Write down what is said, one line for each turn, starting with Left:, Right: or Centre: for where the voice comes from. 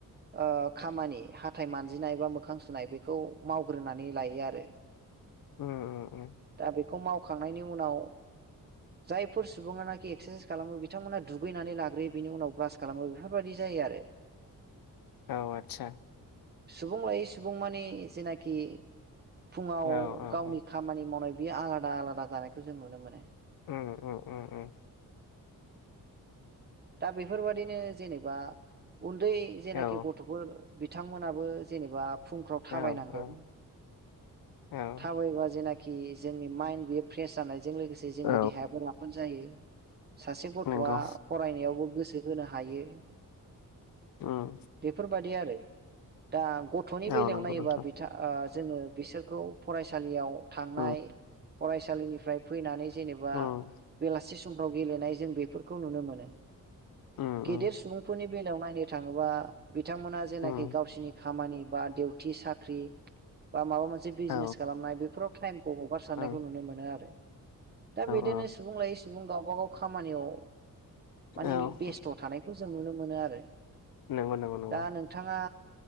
Right: ओ खामानि हाथाय मानजिनाय बा मोखां सुनाय बेखौ मावग्रोनानै लायो आरो।
Left: उम उम
Right: दा बेखौ मावखांनायनि उनाव जायफोर सुबुङा नाखि एक्सारसाइस खालामो बिथांमोना दुगैनानै लाग्रोयो बिनि उनाव ब्रास खालामो बेफोरबायदि जा जायो आरो
Left: औ आतसा
Right: सुबुं लायै सुबुं मानि जेनाखि फुङाव
Left: औ
Right: गावनि
Left: औ
Right: खामानि मावनाय बेयो आलादा आलादा जानायखौ जों नुनो मोनो।
Left: उम उम उम उम।
Right: दा बेफोरबादिनो जेनेबा उन्दै जेनेखि
Left: औ
Right: गथफोर बिथांमोनाबो जेनेबा फुंफ्राव थाबायनांगौ
Left: औ औ औ
Right: थाबायबा जेनाखि आरोखि जोंनि माइन्ड बेयो फ्रेस जानायजों लोगोसे जोंनि
Left: औ
Right: देहायाबो राफोद जायो। सासे गथआ
Left: नंगौ
Right: खौबो गोसो होनो हायो
Left: उम
Right: बेफोरबादि। नाय आरो‌ दा गथनि‌ बेलायाव
Left: औ नंगौ
Right: नायोबा
Left: नोंथां
Right: बिथा आ जोङो बिसोरखौ फरायसालियाव थांनाय
Left: उम
Right: फरायसालिनिफ्राय फैनानै। जेनेबा
Left: उम
Right: बेलासि समफ्राव गेलेनाय जों बेफोरखौ नुनो मोनो।
Left: उम
Right: गेदेर
Left: उम
Right: सुबुंफोरनि बेलायाव नायनो थाङोबा। बिथांमोना जेनाखि
Left: उम
Right: गावसिनि खामानि बा दिउथि साख्रि बा माबा मोनसे मोनसे बिजनेस
Left: औ
Right: खालामनाय बेफोराव टाइमखौ हगारसारनायखौ
Left: औ
Right: नुनो मोनो आरो। दा बिदिनो
Left: औ
Right: सुबुं लायै सुबुं गावबा गाव खामानियाव माने
Left: औ
Right: बेस्थ थानायखौ जों नुनो मोनो आरो
Left: नंगौ नंगौ नंगौ
Right: दा नोंथाङा।